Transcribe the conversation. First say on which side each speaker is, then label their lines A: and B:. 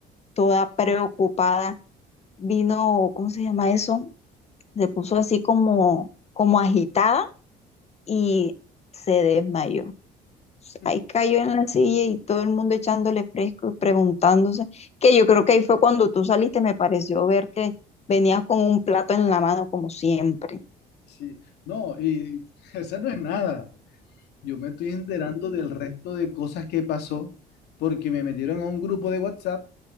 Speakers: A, on the left; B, on the left.
A: toda preocupada, vino, ¿cómo se llama eso? Se puso así como, como agitada y se desmayó pues,
B: <laughs>
A: Ahí cayó en la silla y todo el mundo echándole fresco y preguntándose, que yo creo que ahí fue cuando tú saliste, me pareció ver que venías con un plato en la mano como siempre.
B: Sí, no, y <laughs> esa no es nada. Yo me estoy enterando del resto de cosas que pasó porque me metieron a un grupo de WhatsApp